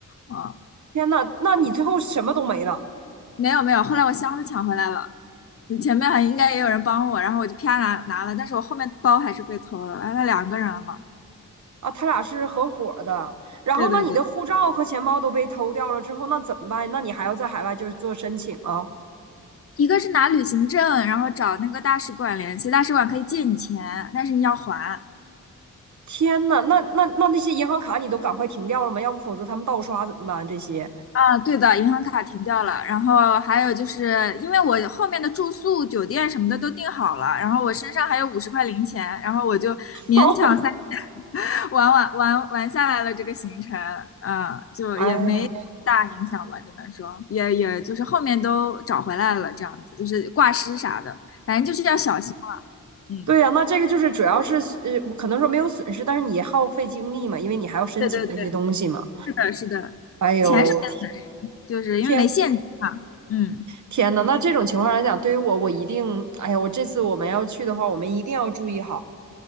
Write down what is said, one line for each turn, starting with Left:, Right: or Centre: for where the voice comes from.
Left: 啊、
Right: 天呐，那你最后什么都没了。
Left: 没有没有，后来我箱子抢回来了，你前面还应该也有人帮我，然后我就啪拿拿了，但是我后面包还是被偷了，完了两个人了嘛。
Right: 啊，他俩是合伙的。然后，
Left: 对对对，
Right: 那你的护照和钱包都被偷掉了之后，那怎么办？那你还要在海外就是做申请啊？
Left: 一个是拿旅行证，然后找那个大使馆联系，大使馆可以借你钱，但是你要还。
Right: 天呐，那那那那些银行卡你都赶快停掉了吗？要不否则他们盗刷怎么办？这些，
Left: 啊，对的，银行卡停掉了，然后还有就是因为我后面的住宿、酒店什么的都订好了，然后我身上还有五十块零钱，然后我就勉强三
Right: <laughs>
Left: <laughs> 玩玩玩玩下来了这个行程，嗯，就也没大影响吧，
Right: 哎呀，
Left: 只能说也也就是后面都找回来了，这样子就是挂失啥的，反正就是要小心了。嗯，
Right: 对呀、那这个就是主要是呃，可能说没有损失，但是你耗费精力嘛，因为你还要申请这些东西嘛。
Left: 对对对，是的，是的，
Right: 哎呦，
Left: 钱是没就是因为没现金嘛，
Right: 天
Left: 嗯，
Right: 天呐，那这种情况来讲，对于我，我一定，哎呀，我这次我们要去的话，我们一定要注意好。